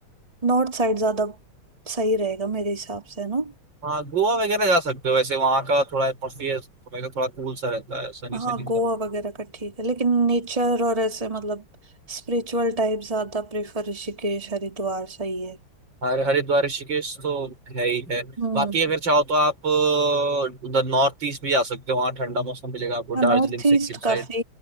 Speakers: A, on the right (about 15°); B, on the right (about 60°).
A: नॉर्थ साइड ज्यादा सही रहेगा मेरे हिसाब से ना
B: हाँ गोवा वगैरह जा सकते हो वैसे वहाँ का थोड़ा एटमोसफियर थोड़ा थोड़ा कूल सा रहता है सनी
A: हाँ
B: सनी
A: गोवा
B: सा
A: वगैरह का ठीक है लेकिन नेचर और ऐसे मतलब स्पिरिचुअल टाइप ज्यादा प्रेफर ऋषिकेश हरिद्वार सही है
B: हर हरिद्वार ऋषिकेश तो है ही है
A: हम्म
B: बाकी अगर चाहो तो आप अ, उधर नॉर्थ ईस्ट भी जा सकते हो वहाँ ठंडा मौसम मिलेगा आपको
A: हाँ नॉर्थ
B: दार्जिलिंग
A: ईस्ट
B: सिक्किम
A: काफी
B: साइड